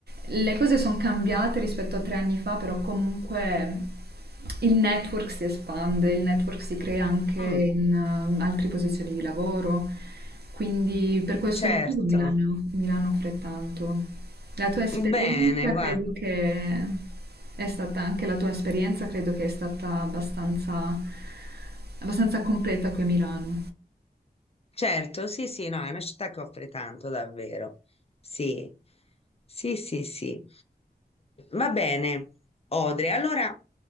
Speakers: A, on the right; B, on the left.
A: le cose sono cambiate rispetto a tre anni fa, però comunque il network si espande, il network si crea anche
B: mm,
A: in eh, altre posizioni di lavoro, quindi per questo
B: certo.
A: motivo mi l'hanno mi l'hanno offre tanto. La tua esperienza
B: Bene, guarda.
A: credo che è stata anche la tua esperienza credo che è stata abbastanza, abbastanza completa qui a Milano.
B: Certo, sì, sì, no, è una città che offre tanto, davvero. Sì, sì, sì, sì. Va bene, Odre, allora